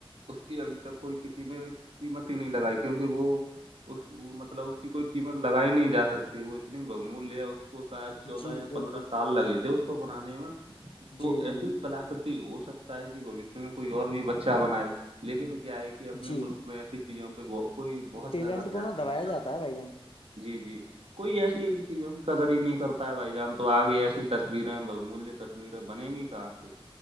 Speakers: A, on the right; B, on the left.
A: اس کی ابھی تک کوئی کسی نے قیمت ہی نہیں لگائی کیونکہ وہ اس مطلب اس کی کوئی قیمت لگائی نہیں جا سکتی وہ اتنی ب مولیہ شاید چودہ
B: جی
A: یا
B: بالکل
A: پندرہ سال لگے تھے اس کو بنانے میں تو
B: جی
A: ایسی
B: جی
A: کلا ہو سکتا ہے کہ بوشیہ میں کوئی اور بھی بچہ بنائے لیکن کیا ہے کہ اپنے
B: جی
A: ملک میں ایسی جاں پہ بہت کوئی
B: ٹیلنٹ
A: زیادہ دھیان
B: کو نا
A: نہیں
B: دبایا
A: دیا
B: جاتا ہے بھائی جان
A: جی جی کوئی ایسی چیزوں کی قدر ہی نہیں کرتا ہے بھائی جان تو آگے ایسی تصویریں بہ مولیہ تصویر یرا بنےیں گی کاش کے